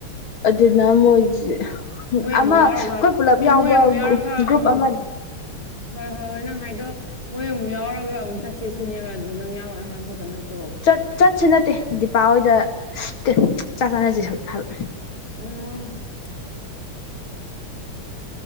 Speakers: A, on the left; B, on the left.
A: ꯑꯗꯨꯅ ꯃꯣꯏꯁꯦ
B: ꯃꯣꯏ ꯑꯃꯨꯛ
A: ꯑꯃ
B: ꯌꯥꯎꯔꯒ
A: ꯑꯈꯣꯏ ꯄꯨꯂꯞ
B: ꯑꯣ
A: ꯌꯥꯎꯕ
B: ꯃꯣꯏ ꯑꯃꯨꯛ ꯌꯥꯎꯔꯒ
A: ꯒ꯭ꯔꯨꯞ
B: ꯑꯃꯨꯛ
A: ꯑꯃ
B: ꯍꯣꯏ ꯍꯣꯏ ꯍꯣꯏ ꯅꯪ ꯍꯥꯏꯗꯣ ꯃꯣꯏ ꯑꯃꯨꯛ ꯌꯥꯎꯔꯒ ꯑꯃꯨꯛ ꯆꯠꯁꯦ ꯁꯤꯅꯦꯕ ꯑꯗꯨꯗ ꯅꯪ ꯌꯥꯎꯔꯔꯣꯏ ꯍꯥꯏꯕ ꯈꯠꯇ ꯅꯠꯇꯣ
A: ꯆꯠ ꯆꯠꯁꯤ ꯅꯠꯇꯦ ꯗꯤꯄꯥ ꯍꯣꯏꯗ ꯅꯠꯇꯦ ꯆꯥꯛ ꯆꯥꯅꯁꯦ ꯁꯨꯝ ꯍꯥꯏꯕ
B: ꯑꯣ